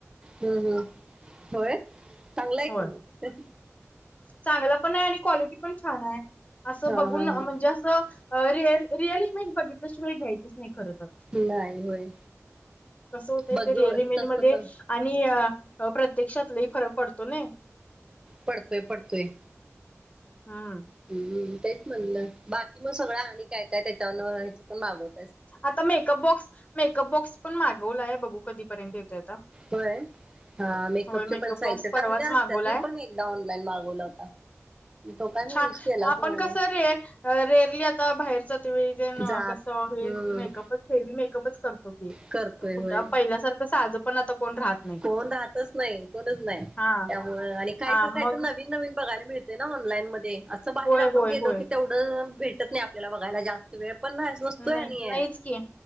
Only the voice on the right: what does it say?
हम्-हम्. होय, चांगलंय कि
मग
हा
हा हा
नाही होय
बघ
तस
पण
पडतोय-पडतोय.
हम्म, तेच म्हणलं बाकी मग सगळं आणि काय काय त्याच्यावर ह्याच पण मागवत
होय. हा मेकअपचे
पण साहित्य
चांगले
असतात.
मी पण एकदा ऑनलाईन मागवला होता. तो काय मी
युज केलाच
नाही
जात
हम्म
करतोय
होय
कोण राहतच न्हाय. कोणच नाय.
त्यामुळ आणि काहीतर-काहीतर
नवीन- नवीन बघायला मिळत ते ना ऑनलाईन मध्ये असं बाहेर
आपण
गेलो
की तेवढं भेटत नाही आपल्याला बघायला जास्त वेळ पण नाही नसतोय
आणि